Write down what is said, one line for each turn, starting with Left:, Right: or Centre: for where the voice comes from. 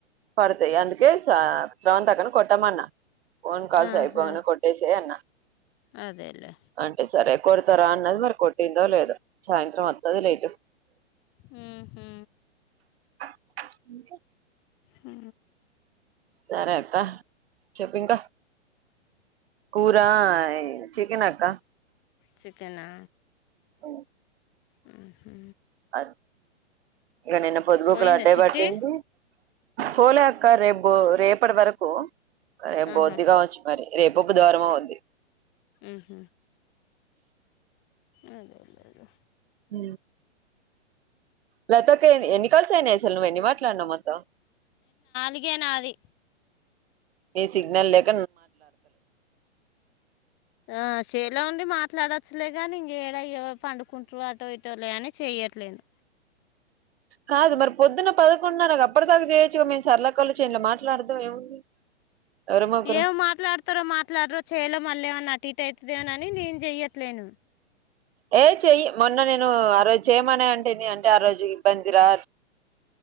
Right: పడతాయ్ అందుకే స స్రవంతక్కను కొట్టామన్న. పోన్ కల్స్
Left: ఆహా.
Right: అయిపోను కొట్టేసే అన్న
Left: అదేలే
Right: అంటే సరే కొడతారా అన్నది మరి కొట్టిందో లేదు సాయంత్రం వత్తదిలే ఇటు.
Left: ఉహు
Right: <inaudible>
Left: ఉ
Right: సరే క్క చెప్పి ఇంకా కూర చికెన్ అక్క
Left: చికెనా
Right: ఉ
Left: ఉహు
Right: అ ఇక నిన్న పొదుగుకులు
Left: పోయిందా
Right: అట్టే
Left: చిట్టి
Right: పట్టింది పోల క్క రేప్ రేపటి వరకు రేపు
Left: ఆహా
Right: పోద్ది కావొచ్చు మరి రేపో బుధువారమో ఉంది. <inaudible>
Left: మ్మ్హ. అదేదే అదే
Right: ఉ లతక్క ఎన్ని కల్స్ అయినాయి అసలు నువ్వు ఎన్ని మాట్లాడునావ్ మొత్తం.
Left: టిగే నాది
Right: ఏ సిగ్నల్ లేెక్
Left: ఆ సెన్లో ఉండి మాట్ ఇట్లాడవచ్చలేదు నీ ఇంక ఏడయ పండుకుంటు అటో ఇటోలే అని చెయట్లేను
Right: కాదు మరి పొద్దున్న ప అకుు అప్పడ దాకా చేయొచ్చుగా మేము సర్ల కలుు చేంలో మాట్లాడాం ఏముంది ఎవరమొకరు
Left: ఎమ్ మాట్లాడతారో మాట్లాడరో చేయలే మళ్ళీ ఏమన్నా టిట్ అయితుదేనని నేను చెయ్యట్లేను
Right: యే చెయ్యి మొన్న నేను ఆ రోజు చేయమనే అంటే అంటే ఆ రోజు ఇబ్బంది రా